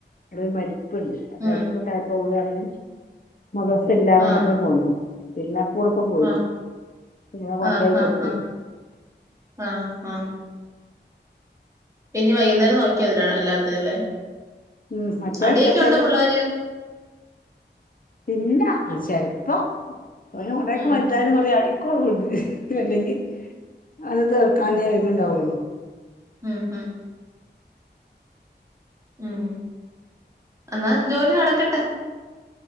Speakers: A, on the left (about 50°); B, on the right (about 15°).
A: നമ്മരു മരിപ്പുണ്ട് മരിപ്പുണ്ടായപ്പോ
B: ഉം
A: ഓന്ന് ഡ്രസ്സ്സ ഇല്ലാ നഗരു
B: ആഹ്
A: പോന്നേ പിന്നെ ടുപ്പ പോയി
B: ആഹ്
A: പിന്നെ കൊണ്ടയി
B: ആഹ് ആഹ്
A: കൊടുത്ത
B: ആഹ് ആഹ് ആഹ് ഇനി വൈകുന്നേരം നോക്കിയ അതിനാണ് എല്ലാത്തിനുംല്ലേ
A: ഉ മറ്റവർച്ചക്കരു
B: അടിയൊക്കെ ഉണ്ടോ പിള്ളേര്
A: പിന്നെ ചെലപ്പ കൊറൊക്കെ
B: ഉം
A: വൽതായും കൊറടി ണ്ട് അല്ലെങ്കിൽ അത് തീർക്കാനേഴിണ്ടാവുള്ളു
B: ആഹ് ഹഹ ഉം എന്നാ ജോലി നടക്കട്ടെ